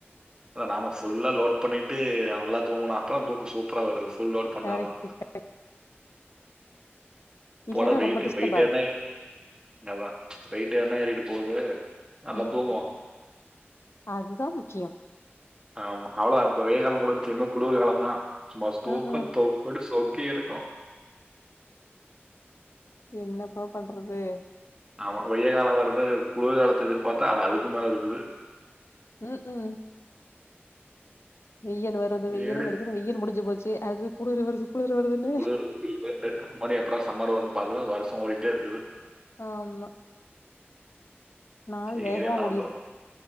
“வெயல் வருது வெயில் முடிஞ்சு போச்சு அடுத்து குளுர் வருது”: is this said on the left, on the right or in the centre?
Left